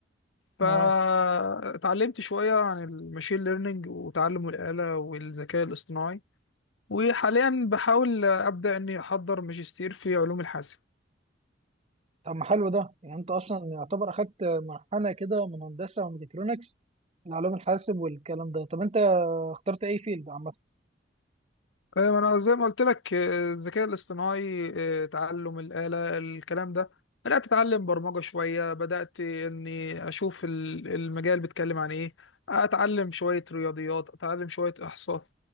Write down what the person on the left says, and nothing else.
فاتعلمت
شويه عن الماشين ليرنينج وتعلم الاله والذكاء الاصطناعي وحاليا بحاول ابدا اني احضر ماجستير في علوم الحاسب
ايوه انا زي ما قلت لك آه، الذكاء الاصطناعي آه، تعلم الآلة الكلام ده بدأت اتعلم برمجة شوية بدأت اني اشوف ال- المجال بيتكلم عن ايه اتعلم شوية رياضيات اتعلم شوية احصاء